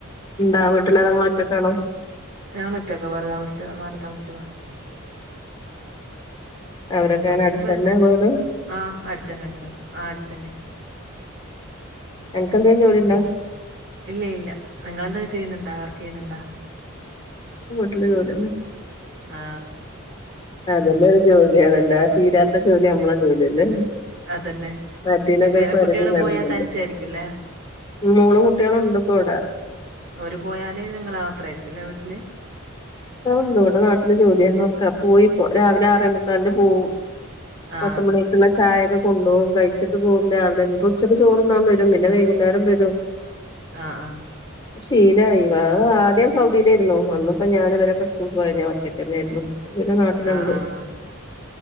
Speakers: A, on the left; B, on the right.
A: ഇണ്ടാവട്ടില്ലതങ്ങ ഒറ്റക്കാണോ
B: ഞൾൊറ്റൊക്കെ വേറെ താമസിച്ചതാ മാറി താമസിച്ചതാ
A: അവരൊക്കെ
B: അവരപ്പ
A: എങ്ങനെ
B: എങ്കിലും
A: അടുത്തന്നെ
B: വരൂ
A: വീട്
B: ആ അടുത്തന്നെ അടുത്തന്ന ആ അടുത്തന്നെ
A: അനക്ക് എന്തേലും ജോലിണ്ടോ
B: പിന്നെ ഇല്ല ഇല്ല നിങ്ങെന്തൊക്കെ ചെയ്യുന്നുണ്ടോ വർക്ക് ചെയ്യുന്നുണ്ടോ
A: ഹോട്ടല ജോല
B: ആ
A: അതല്ലരു ജോലിയണല്ലാ തീരാത്ത ജോലി നമ്മള ജോലില്ലേ
B: അതന്നെ
A: അട്ട
B: പിന്നെ
A: നഗർ
B: പേരക്കുട്ടികള്
A: പരിധി നടക്കുന്നുണ്ട്
B: പോയാ തനിച്ചായിരിക്കുംല്ലേ
A: മൂള കുട്ടികളുണ്ട് ഇപ്പോ ഇവിട
B: ഓര് പോയാല് നിങ്ങള് മാത്രായിരിക്കുംല്ലേ വീട്ടില്
A: ണ്ട് ഇവിടെ നാട്ടില് ജോലിയാ നോക്ക പോയി ഇപ്പോ രാവിലെ ആറേ മുക്കാ തന്റെ പോവും
B: ആ
A: പത്ത് മണിക്കുള്ള ചായക കൊണ്ടപ പോകും കഴിച്ചിട്ട് പോകും രാവിലെല്ല ഉച്ചക്ക് ചോറുംന്നാൻ വരും പിന്നെ വൈകുന്നേരം വരും
B: ആ ആ
A: ശീല അയവ അത് ആദ്യം സൗദിയിലായിരുന്നു വന്നിപ്പോ ഞാനൻ ഇവരൊക്കെ സ്കൂളിൽ പോഞ്ഞ ഒറ്റക്ക തന്നെയിരുന്നു പിന്നെ നാട്ടിലുണ്ട്
B: ആ ആ ആ